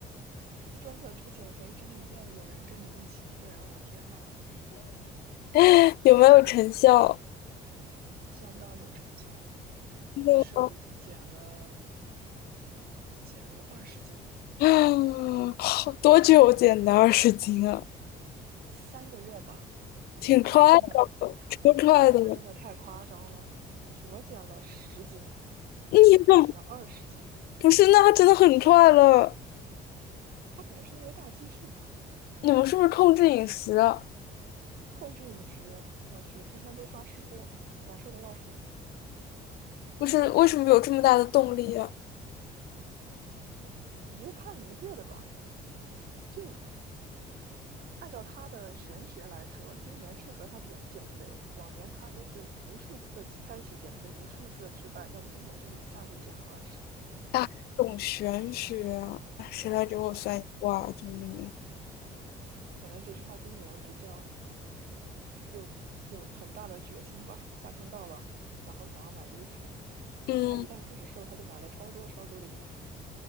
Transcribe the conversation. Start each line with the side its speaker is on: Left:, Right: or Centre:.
Right: 真的，这个减肥真的一定要有人跟你一起，不然我天呐，
Left: <laughs> 有没有成效？
Right: 相当有成效。
Left: 那么，
Right: 我的舍友已经减了减了二十斤，
Left: 嗯，好多久减的二十斤啊？
Right: 三个月吧，
Left: 挺快的，
Right: 他真的他
Left: 超快的了。
Right: 他真的太夸张了。我减了十斤，
Left: 你怎么
Right: 他减了二十斤，
Left: 不是？那他真的很快了。
Right: 他可能是因为大基数吧。
Left: 你们是不是控制饮食啊？
Right: 控制饮食，我去，天天都刷吃播，难受的要数，
Left: 不是，为什么有这么大的动力啊？
Right: 一个看一个的吧。就按照他的玄学来说，今年适合他减减肥。往年他就是无数次的开启减肥，无数次的失败，但今年就是一下就减了二十。
Left: 大众玄学啊，哎谁来给我算一卦？救命啊！
Right: 可能只是他今年比较有有很大的决心吧。夏天到了，然后想要买衣服，
Left: 嗯
Right: 他一旦开始瘦，他就买了超多超多的衣服，